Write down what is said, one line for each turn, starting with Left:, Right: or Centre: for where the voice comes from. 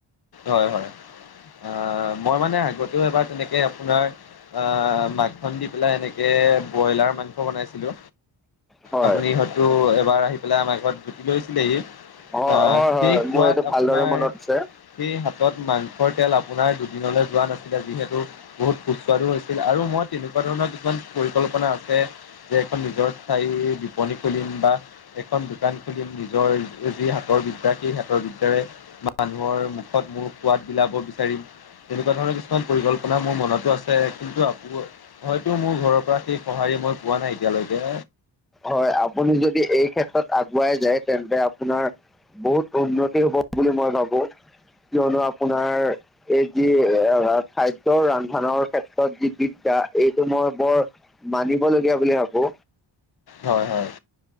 Left: হয় হয়, আহ মই মানে আগতেও এবাৰ তেনেকে আপোনাৰ আ মাকখন দি পেলাই এনেকে ব্ৰইলাৰ মাংস বনাইছিলো।
Centre: হয়
Left: আপুনি হয়তো এবাৰ আহি পেলাই আমাৰ ঘৰত জুতি লৈছিলেহি
Centre: হয়
Left: আহ
Centre: হয়
Left: সেই
Centre: হয়
Left: খোৱাত
Centre: মোৰ এইটো
Left: আপোনাৰ
Centre: ভালদৰে মনত আছে
Left: সেই হাতত মাংসৰ তেল আপোনাৰ দুদিনলৈ যোৱা নাছিলে। যিহেতু বহুত সুস্বাদু হৈছিল আৰু মই এনেকুৱা ধৰণৰ কিছুমান পৰিকল্পনা আছে যে এখন নিজৰ স্থায়ী বিপনী খুলিম বা এখন দোকান খুলিম নিজৰ যি হাতৰ বিদ্যা সেই হাতৰ বিদ্যাৰে মানুহৰ ত, মোৰ সোৱাদ বিলাক বিচাৰিম। তেনেকুৱা ধৰণৰ কিছুমান পৰিকল্পনা মোৰ মনতো আছে। কিন্তু হয়তো মোৰ ঘৰৰ পৰা সেই সহায় মই পোৱা নাই এতিয়ালৈকে
Centre: হয়। আপুনি যদি এই ক্ষেত্ৰত আগুৱাই যায় তেন্তে আপোনাৰ বহুত উন্নতি হব বুলি মই ভাবো কিয়নো আপোনাৰ এই যি খাদ্য ৰন্ধনৰ ক্ষেত্ৰত যি বিদ্ধ এইটো মই বৰ মানিবলগীয়া বুলি ভাবো
Left: হয় হয়